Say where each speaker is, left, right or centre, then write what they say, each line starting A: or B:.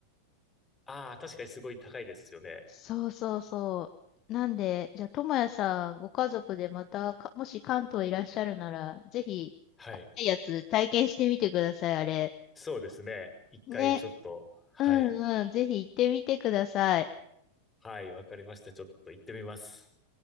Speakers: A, on the left; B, on the left.
A: あ。ああ、確かにすごい高いですよね。
B: そうそうそう。なんで、じゃあ、ともやさん、ご家族でまたか、もし関東いらっしゃるなら、ぜひ、
A: はい。
B: 怖いやつ体験してみてください、あれ。
A: そうですね。一回ちょっと、
B: ね。
A: はい。
B: うんうん、ぜひ行ってみてください。
A: はい、わかりました。ちょっと行ってみます。